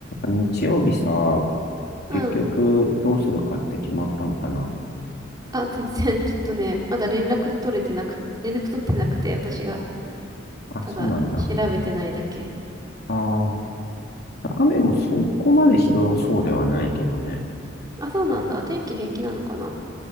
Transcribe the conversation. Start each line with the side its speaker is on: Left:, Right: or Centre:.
Left: 日曜日さ、結局どうするかって決まったのかな
Right: うん。あ、全然、ちょっとね、まだ連絡取れてなく、連絡取ってなくて、私が、
Left: あ、
Right: ただ、
Left: そうなんだ。
Right: 調べてないだけ。
Left: ああ、雨もそこまでひどそうではないけどね。
Right: あ、そうなんだ。天気平気なのかな。